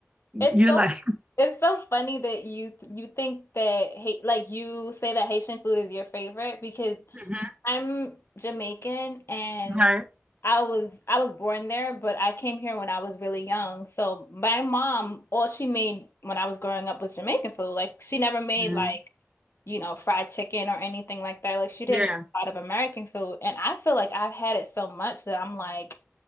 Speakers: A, on the right; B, on the left.
A: you
B: It's so.
A: like
B: It's so funny that you you think that hate like you say that Haitian food is your favorite because
A: Mhm,
B: I'm Jamaican and
A: Right.
B: I was I was born there, but I came here when I was really young. So my mom, all she made when I was growing up was Jamaican food. Like she never made
A: Mhm,
B: like, you know, fried chicken or anything like that. Like she didn't
A: Yeah.
B: make a lot of American food. And I feel like I've had it so much that I'm like,